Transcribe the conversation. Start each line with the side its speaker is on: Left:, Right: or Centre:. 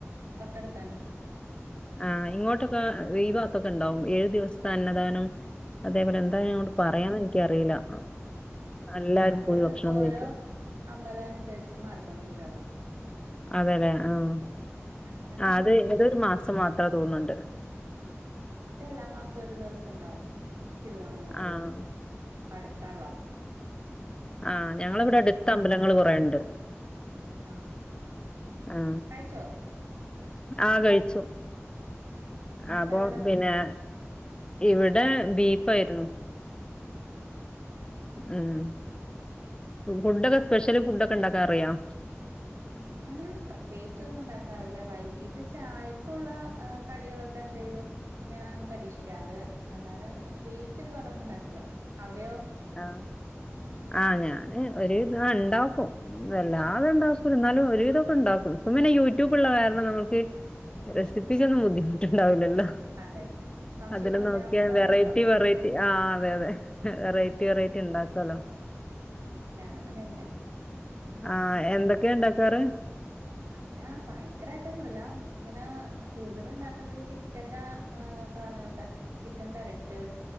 Right: തൊട്ടടുത്താണ്
Left: ആ ഇങ്ങോട്ടൊക്കെ ഈ ഭാഗത്തൊക്കെ ഉണ്ടാവും ഏഴു ദിവസത്തെ അന്നദാനം അതേപോലെ എന്തായാലു
Right: ആ
Left: പറയാനെനിക്കറിയില്ലാ എല്ലാരും
Right: ആ അത്
Left: പോയിഭക്ഷണം
Right: ഓരോ
Left: കഴിക്കും
Right: അമ്പലം അനുസരിച്ച് മാറിക്കൊണ്ടിരിക്കുവാലോ
Left: അതെല്ലെ ആം
Right: ഞങ്ങടെ
Left: ആ
Right: അമ്പലത്തില്
Left: അത് ഏതോരുമാസം മാത്രാ തോന്നുന്നുണ്ട്
Right: ആ ഇത് എല്ലാമാസവും ഒരുദിവസം ഉണ്ടാവും തിരുവോണനാളില്
Left: ആഹ്
Right: അടുത്താണ്ളോ
Left: ആ ഞങ്ങളവിടെയടുത്ത് അമ്പലങ്ങള് കൊറേയുണ്ട്
Right: ആഹ്
Left: ആ
Right: കഴിച്ചോ
Left: ആ കഴിച്ചു
Right: ഇന്നെന്താ
Left: അപ്പൊ
Right: അവിടെ
Left: പിന്നെ ഇവിടെ ബീഫായിരുന്നു
Right: ആ ഹ
Left: ഉം ഫുഡൊക്കെ സ്പെഷ്യല് ഫുഡൊക്കെ ഉണ്ടാക്കാനറിയാം
Right: അങ്ങനെ പ്രത്യേകിച്ച് ഒന്നും ഉണ്ടാക്കാറില്ല വൈകീട്ട് ചായക്കൊള്ള കടികളൊക്കെ എന്തേലും ഞാൻ പരീക്ഷിക്കാറണ്ട് അല്ലാതെ അങ്ങനെ പ്രത്യേകിച്ച് ഒരുപാടൊന്നും ഉണ്ടാക്കില്ല അവിടെയോ
Left: ആ ആ ഞാന് ഒരുവിധം ഒണ്ടാക്കും വല്ലാതെ ഉണ്ടാക്കൂല എന്നാലും ഒരുവിധൊക്കെ ഒണ്ടാക്കും ഇപ്പം പിന്നെ യൂട്യൂബൊള്ള കാരണം നമുക്ക് റെസിപ്പിക്കൊന്നും ബുദ്ധിമുട്ടുണ്ടാവില്ലല്ലോ
Right: അതെ സംശയം
Left: അതിന്
Right: തോന്നിയ
Left: നോക്കിയാ
Right: അപ്പം
Left: വെറൈറ്റി
Right: നോക്കാം
Left: വെറൈറ്റി ആ അതെ അതെ വെറൈറ്റി വെറൈറ്റി ഉണ്ടാക്കുവല്ലോ
Right: ഞാനും അങ്ങനെതന്നെയാ
Left: ആ എന്തൊക്കെയാ ഉണ്ടാക്കാറ്
Right: അങ്ങനെ ഭയങ്കരമായിട്ടൊന്നുല്ല ഇങ്ങനെ കൂടുതലൊണ്ടാക്കുന്നത് ചിക്കന്റെ‌ ആ സാധനങ്ങളൊക്കെ ചിക്കൻ പെരട്ട്